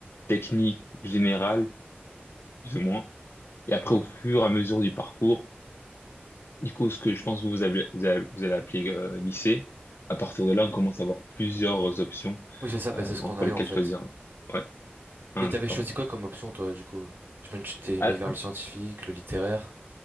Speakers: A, on the left (about 75°); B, on the right (about 60°).
A: techniques, générales, plus ou moins. Et après,
B: d'accord.
A: au fur et à mesure du parcours, Du coup, ce que je pense que vous avez, vous avez- vous allez appeler euh, lycée, à partir de là, on commence à avoir plusieurs options
B: Oui, c'est ça, bah,
A: euh,
B: c'est ce
A: entre
B: qu'on a
A: lesquelles
B: eu en fait.
A: choisir. Ouais, Ah,
B: Et t'avais
A: d'accord.
B: choisi
A: ouais.
B: quoi comme option, toi, du coup? Je me tu t'es
A: Al-
B: mis vers le scientifique, le littéraire.